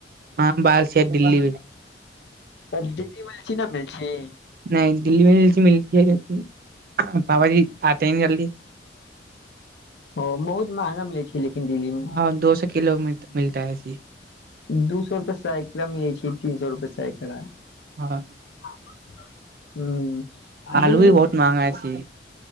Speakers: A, on the right; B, on the left.
A: हँ बाहर छिये दिल्ली
B: तब दिल्ली मे लीची न मिलै छै
A: नहि दिल्ली मे जे छै मिल मिल पाबा जी आते ही नहीं जल्दी
B: ओ बहुत महँगा मिलै छै लेकिन दिल्ली मे
A: हँ दो सए किलो मिल, मिलता है जी
B: दू सौ रुपए सैकड़ा मिलै छै तीन सौ रुपए सैकड़ा
A: हँ
B: हुँ
A: आलू
B: दिल्ली
A: भी बहुत महंगा छी